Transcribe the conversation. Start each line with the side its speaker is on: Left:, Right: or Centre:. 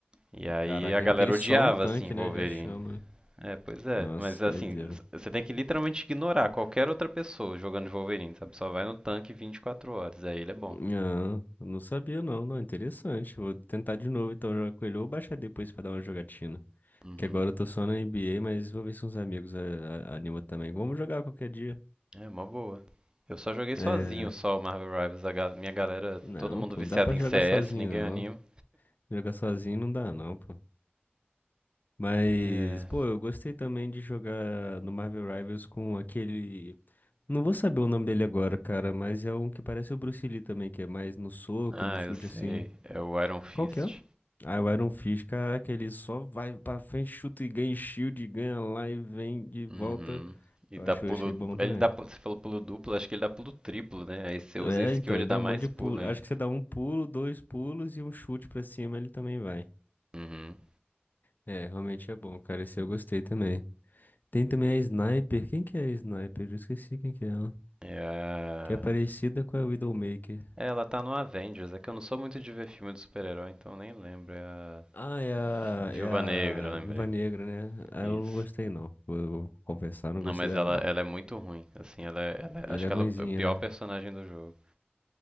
Right: E aí
Left: Caraca,
Right: a galera
Left: é porque ele
Right: odiava
Left: sola o tanque,
Right: assim Wolverine.
Left: né? Já chama.
Right: É, pois é,
Left: Nossa,
Right: mas assim,
Left: doideira.
Right: s- você tem que literalmente ignorar qualquer outra pessoa jogando de Wolverine, sabe? Só vai no tanque 24 horas, aí ele é bom.
Left: Ah, não sabia não, não, interessante. Vou tentar de novo então jogar com ele ou baixar depois pra dar uma jogatina.
Right: Uhum.
Left: Que agora eu tô só na NBA, mas vou ver se uns amigos a- a- animam também. Vamos jogar qualquer dia.
Right: É uma boa. Eu só joguei sozinho
Left: É,
Right: só o Marvel Rivals, a ga- minha galera,
Left: não,
Right: todo mundo
Left: pô,
Right: viciado
Left: não dá pra
Right: em
Left: jogar
Right: CS,
Left: sozinho
Right: ninguém
Left: não.
Right: anima.
Left: Jogar sozinho não dá não, pô. Mas,
Right: É.
Left: pô, eu gostei também de jogar no Marvel Rivals com aquele Não vou saber o nome dele agora, cara, mas é um que parece o Bruce Lee também, que é mais no soco
Right: Ah,
Left: e no chute
Right: eu sei.
Left: assim.
Right: É o Iron Fist.
Left: Qual que é? Ah, o Iron Fist, caraca, ele só vai pra frente, chuta e ganha shield, ganha lá e vem de volta.
Right: Uhum. E
Left: Eu
Right: dá
Left: acho,
Right: pulo.
Left: eu achei bom também.
Right: Ele dá. pu- Você falou pulo duplo, acho que ele dá pulo triplo, né? Aí você
Left: É,
Right: usa a skill,
Left: então,
Right: ele
Left: ele
Right: dá
Left: dá
Right: mais
Left: um monte de
Right: pulo
Left: pulo.
Right: ainda.
Left: Acho que você dá um pulo, dois pulos e um chute pra cima, ele também vai.
Right: Uhum.
Left: É, realmente é bom, cara. Esse eu gostei também. Tem também a Sniper. Quem que é a Sniper? Eu esqueci quem que é ela.
Right: É a...
Left: Que é parecida com a Widowmaker.
Right: é, ela tá no Avengers. É que eu não sou muito de ver filme de super-herói, então eu nem lembro. É a
Left: Ah, é a,
Right: Viúva
Left: é
Right: Negra, eu
Left: a
Right: lembrei.
Left: Viúva Negra, né? Ela
Right: Isso.
Left: eu não gostei, não. Vou, vou confessar, não
Right: Não,
Left: gostei
Right: mas
Left: dela,
Right: ela,
Left: não.
Right: ela é muito ruim. Assim, ela, é- ela é-
Left: Ela
Right: acho
Left: é
Right: que
Left: ruinzinha,
Right: ela é o pior
Left: né?
Right: personagem do jogo.